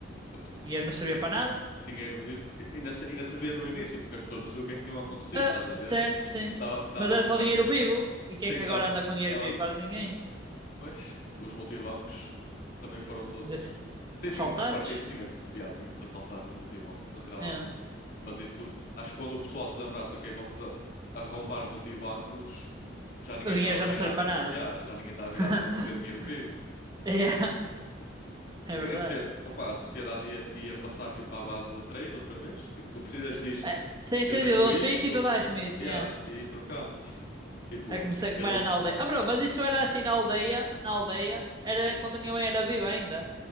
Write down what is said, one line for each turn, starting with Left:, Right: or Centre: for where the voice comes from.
Left: Ap-
Right: Dinheiro não servia para nada.
Left: Dinheiro vivo. E- Ainda, se- ainda servia no início, porque as pessoas não sabiam o que é que tinham acontecido,
Right: Ah,
Left: estás a ver?
Right: certo, sim.
Left: Dava, dava
Right: Mas era
Left: para
Right: só
Left: pagar.
Right: dinheiro vivo. E
Left: Sim,
Right: quem é que agora
Left: dava,
Right: anda com dinheiro
Left: dava.
Right: vivo?
Left: pa-
Right: Quase ninguém.
Left: Pois, os multibancos também foram todos.
Right: De-
Left: Ti-
Right: Assaltados?
Left: Tinha que se partir, tinha que se, já, tinha que se assaltar os multibancos para tirar lá
Right: É.
Left: dinheiro. Mas isso, acho que quando o pessoal se lembrasse, ok, vamos a, arrombar multibancos, já ninguém
Right: O dinheiro
Left: estava
Right: já
Left: virado
Right: não serve para
Left: para,
Right: nada.
Left: já ninguém estava
Right: <laughs>
Left: virado para receber dinheiro vivo.
Right: É, é
Left: tinha
Right: verdade.
Left: que ser, opa a sociedade ia, ia passar tipo à base de trade outra vez. Tipo, tu precisas disto,
Right: É, sem ser
Left: eu tenho
Right: eu dou
Left: isto,
Right: triste e tu dás-me isso.
Left: yeah,
Right: É.
Left: e trocamos. Tipo,
Right: É como, se-
Left: eu
Right: como
Left: dou.
Right: era na aldeia. Ah, bro, mas isso era assim na aldeia. Na aldeia era quando a minha mãe era viva ainda.